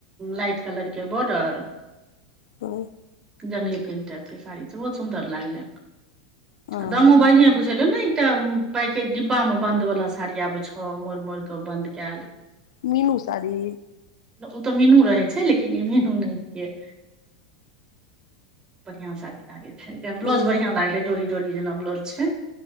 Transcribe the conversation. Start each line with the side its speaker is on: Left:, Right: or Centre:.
Right: लाइट कलर के बॉर्डर
Left: हूँ
Right: जंगली पेंट टाइप के साड़ी छै बहुत सुन्दर लागलै
Left: हूँ
Right: आ दामो बढ़िए बुझेलो ने एकटा पैकेट डिब्बा मे बंद वाला साड़ी आब छौ मोड़ मोड़ के बंद कयल <inaudible>
Left: मीनू साड़ी
Right: ओ तऽ मीनू रहै छै लेकिन ई मीनू नहि छियै बढ़ियां साड़ी लागे छै ब्लाउज
Left: हूँ
Right: बढ़िया लागलै डोरी डोरी जेना ब्लाउज छै